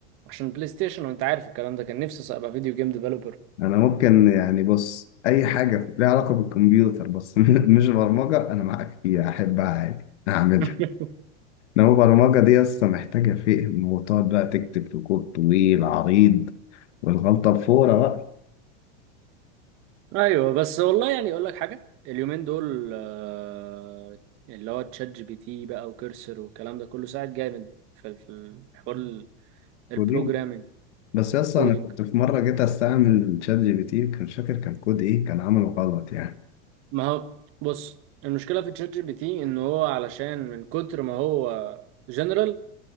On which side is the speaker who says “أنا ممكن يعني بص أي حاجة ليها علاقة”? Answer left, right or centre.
Left